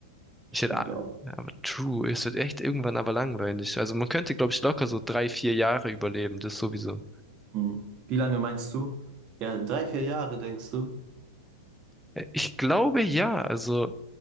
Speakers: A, in the centre; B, on the right.
A: ich
B: Stimmt
A: hätte, a-
B: auch.
A: ja, aber true, es wird echt irgendwann aber langweilig. Also man könnte, glaube ich, locker so drei, vier Jahre überleben, das sowieso.
B: Hm. Wie lange meinst du? Ja, drei, vier Jahre, denkst du? Ich
A: Äh, Ich glaube ja, also